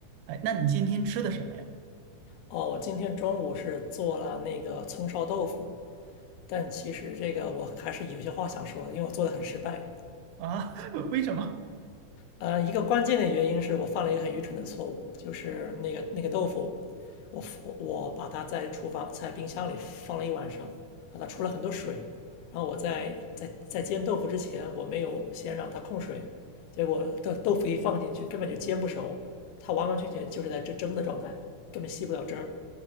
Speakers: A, on the right (about 80°); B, on the left (about 75°).
A: 哎，那你今天吃的什么呀？
B: 哦，我今天中午是做了那个葱烧豆腐，但其实这个我还是有些话想说的，因为我做的很失败。
A: 啊，<laughs> 为什么？
B: 呃，一个关键的原因是我犯了一个很愚蠢的错误，就是那个那个豆腐，我我我把它在厨房在冰箱里放了一晚上，然后它出了很多水，然后我在在在煎豆腐之前，我没有先让它控水，结果豆豆腐一放进去根本就煎不熟，它完完全全就是在这蒸的状态，根本吸不了汁儿。